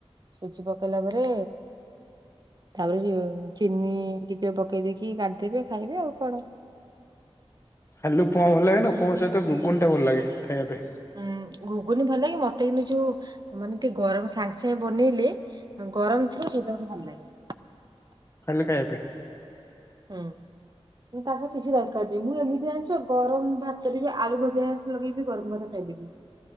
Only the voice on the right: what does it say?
ସୁଜି ପକେଇଲା ପରେ ତାପରେ ଚିନି ଟିକେ ପକେଇ ଦେଇକି କାଢ଼ି ଦେବେ ଖାଇବେ ଆଉ କଣ।
ଉଁ ଗୁଗୁନି ଭଲ ଲାଗେ ମତେ କିୁନ୍ତୁ ଯୋଉ ମାନେ ଟିକେ ଗରମ ସାଙ୍ଗେ ସାଙ୍ଗେ ବନେଇଲେ। ଗରମ ଥିବ ସେଇଟା ମତେ ଭଲ ଲାଗେ।
ହୁଁ। ମୋର ତାସହ କିଛି ଦରକାର ନାହିଁ ମୁଁ ଏମିତି ଜାଣିଚ ଗରମ ଭାତରେ ବି ଆଳୁ ଭଜା ଲଗେଇବି ଗରମ ଭାତ ଖାଇି ଦେବି।